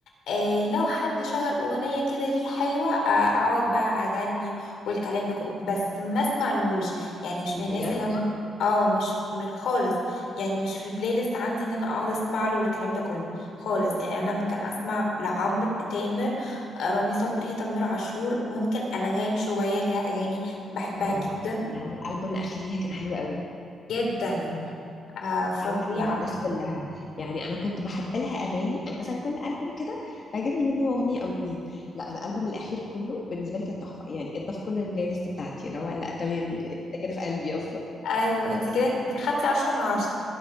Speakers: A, on the left (about 80°); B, on the left (about 45°).
A: آه لو حد شغل اغنيه كده ليه حلوه آه، اقعد بقى اغني والكلام ده كله بس ما اسمع لهوش يعني مش
B: بجد
A: من الناس اللي هم اه مش م- خالص يعني مش في البلاي ليست عندي ان انا اقعد اسمع له والكلام ده كله خالص يعني انا ممكن اسمع لعمرو تامر رامي صبري تامر عاشور ممكن انغام شويه ليها اغاني بحبها
B: اه
A: جدا
B: لا يعني الالبوم الاخير ليها كان حلو قوي
A: جدا آه
B: اه
A: فظيعه
B: علق مع الناس كلها يعني انا كنت بحب لها اغاني يعني مثلا كل البوم كده بعجبني منه اغنيه او اتنين لا الالبوم الاخير كله بالنسبه لي كان تحفه يعني اتضاف كل البلاي ليست بتاعتي اللي هو لا تمام انت كده في قلبي اصلا
A: ايوه انت كده خدتي عشرة من عشرة